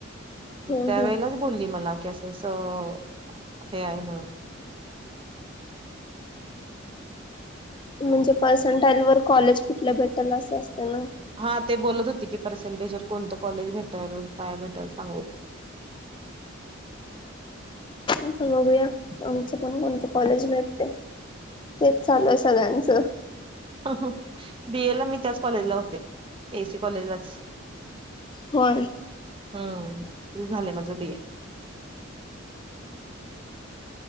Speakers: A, on the left; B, on the right.
A: हम्म
B: त्यावेेळीलाच
A: हम्म
B: बोलली मला की असं असं हे आहे म्हणून
A: म्हणजे पर्संटाईल वर कॉलेज कुठल्या भेटलं असं असतं ना
B: हा ते बोलत होती की पर्सेंटेज वर कोणतं कॉलेज भेटलं काय भेटलं सांग
A: इथं बघूया आमच्या पण कोणतं कॉलेज भेटतय. तेच चालू आहे सगळ्यांचं.
B: बी. ए. ला मी त्याच कॉलेजला होते एसी कॉलेजलाच.
A: होय.
B: हम् ते झालंय माझं बी ए.